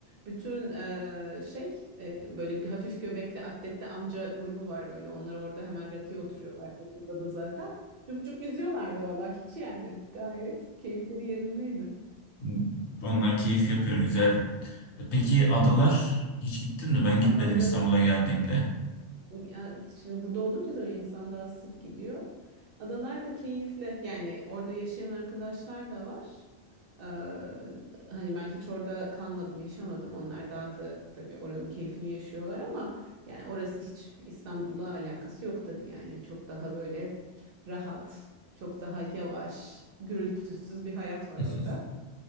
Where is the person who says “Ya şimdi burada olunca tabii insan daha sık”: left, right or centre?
Right